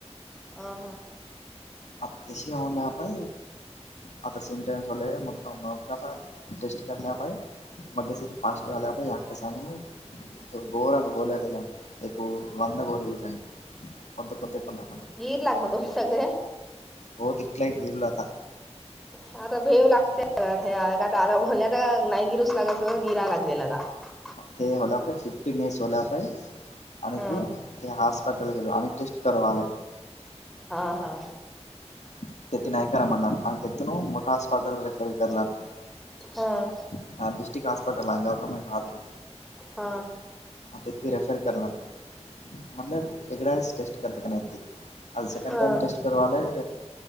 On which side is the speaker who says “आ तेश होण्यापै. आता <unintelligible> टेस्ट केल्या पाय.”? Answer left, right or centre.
Left